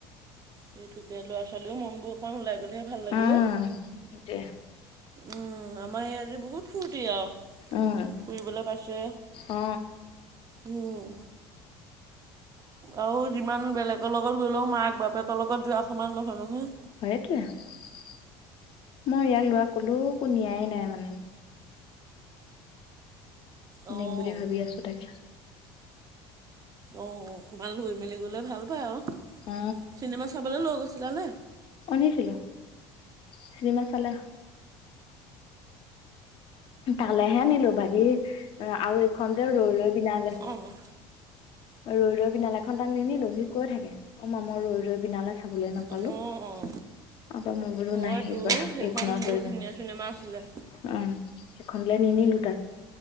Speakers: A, on the right; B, on the left.
A: সেইটোকে ল'ৰা ছোৱালীও মনবোৰ অকণমান ওলাই গ'লেহে ভাল লাগে
B: উম
A: অ'।
B: সেইটোৱে
A: উম আমাৰ এই আজি বহুত ফূুৰ্তি আৰু
B: উম
A: ফুৰিবলে পাইছে।
B: অ
A: উম আৰু যিমান বেলেগৰ লগত গলেও মাক বাপেকৰ লগত যোৱা সমান নহয় নহয়
B: সেইটোৱে। মই ইয়াক ল'ৰাক কলোকো নিয়াই নাই মানে
A: অঁ
B: নিম বুলি ভাবি আছো তাক
A: অ', অকমান লৈ মেলি গ'লে ভাল পায় আৰু।
B: অ
A: চিনেমা চাবলে লৈ গৈছিলা নে?
B: অ', নিছিলো চিনেমা চালে তালেহে নিলো বাকী আৰু এইখন যে ৰৈ ৰৈ বিনালে
A: অহ।
B: ৰৈ ৰৈ বিনালখন তাক নিনিলো সি কৈ থাকে। অ' মা মই ৰৈ ৰৈ বিনালে চাবলে নাপালো।
A: অঁ
B: <unintelligible>
A: হয়তো
B: নাই এইবাৰ
A: সেইখন
B: এইখনত
A: বহুত
B: লৈ যাম।
A: ধুনীয়া
B: অ',
A: চিনেমা আছিলে
B: সেইখনলে নিনিলো তাক।